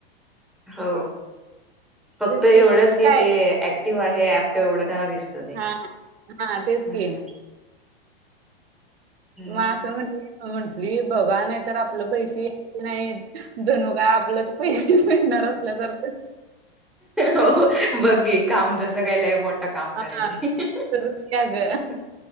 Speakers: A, in the centre; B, on the right.
A: हो फक्त
B: तेच
A: एवढंच की
B: काय
A: ते ऍक्टिव्ह आहे ऍप तेवढं, त्याला दिसत ते
B: हा हा तेच
A: हम्म,
B: की म
A: मग
B: अस म्हणजे, म्हंटली बघा नाही, तर आपलं पैसे यायचे नाही जणू काय आपलंच पैसे, पीकणार असल्यासारखं,
A: हो बघ घे काम जसं केलंय, मोठं काम
B: हा
A: करालेय ह
B: तसंच काय ग
A: ह ह